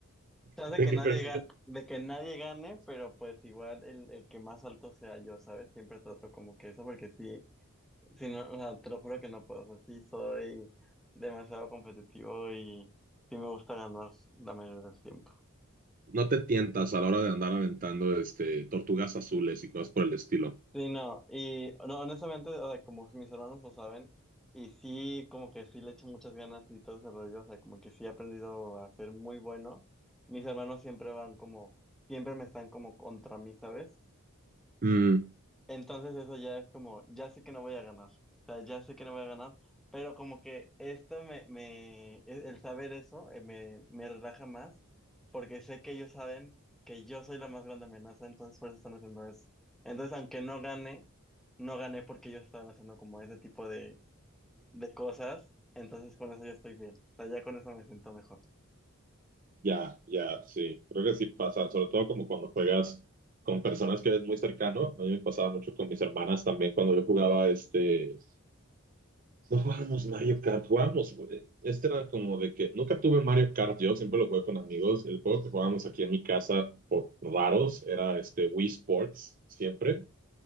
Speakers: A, in the centre; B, on the right.
A: chance
B: De
A: que
B: que,
A: nadie
B: pero
A: gane, de que nadie gane, pero pues igual el, el que más alto sea yo, ¿sabes? Siempre trato como que eso porque sí Sí, no, o sea, te lo juro que no puedo. O sea, sí soy demasiado competitivo y sí me gusta ganar la mayoría del tiempo.
B: no te tientas a la hora de andar aventando este, tortugas azules y cosas por el estilo.
A: Sí, no, y no, honestamente, o sea, como mis hermanos lo saben, y sí, como que sí le echo muchas ganas y todo ese rollo, o sea, como que sí he aprendido a ser muy bueno. Mis hermanos siempre van como, siempre me están como contra mí, ¿sabes?
B: Mm,
A: Entonces eso ya es como, ya sé que no voy a ganar, o sea, ya sé que no voy a ganar, pero como que esto me, me, el el saber eso eh, me, me relaja más, porque sé que ellos saben que yo soy la más grande amenaza, entonces por eso están haciendo eso. Entonces, aunque no gane, no gané porque ellos estaban haciendo como ese tipo de, de cosas, entonces con eso ya estoy bien, o sea, ya con eso me siento mejor.
B: Ya, ya, sí. Creo que sí pasa, sobre todo como cuando juegas con personas que eres muy cercano. A mí me pasaba mucho con mis hermanas también cuando yo jugaba este... No jugábamos Mario Kart, jugábamos... güey. Este era como de que nunca tuve Mario Kart, yo siempre lo jugué con amigos. El juego que jugábamos aquí en mi casa por raros era este Wii Sports, siempre.